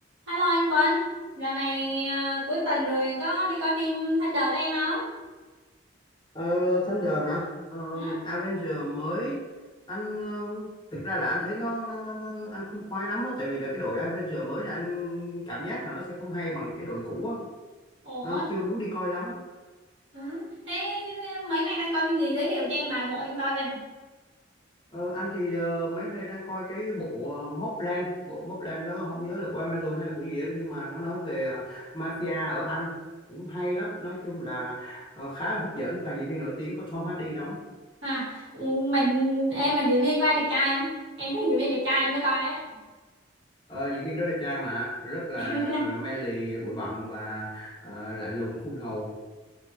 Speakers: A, on the right; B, on the left.
A: Hello anh Quân, giờ này à, cuối tuần rồi có đi coi phim Thunder với em không?
B: Ờ, Thunder hả? Ờ,
A: Ừ?
B: Avenger mới anh ờ, thực ra là anh thấy nó nó nó, nó anh không khoái lắm á tại vì là cái đội Avenger mới là anh cảm giác là nó sẽ không hay bằng cái đội cũ á
A: Ủa?
B: anh chưa muốn đi coi lắm
A: Hả? Thế à, mấy nay đang coi phim gì giới thiệu cho em vài bộ em coi coi
B: Ờ, anh thì ờ, mấy hôm nay đang coi cái bộ ờ, Mobland bộ Mobland nó không nhớ là của Amazon hay là của gì đó nhưng mà nó nói về ờ, mafia ở Anh cũng hay lắm nói chung là ờ, khá là hấp dẫn toàn diễn viên nổi tiếng có Tom Hardy đóng
A: À, ừ, mà em mà diễn viên có ai đẹp trai không? Em thích diễn viên đẹp trai em mới coi á.
B: Ờ, diễn viên đó đẹp trai mà rất là
A: <laughs>
B: ờ, manly bụi bặm và ờ, lạnh lùng cool ngầu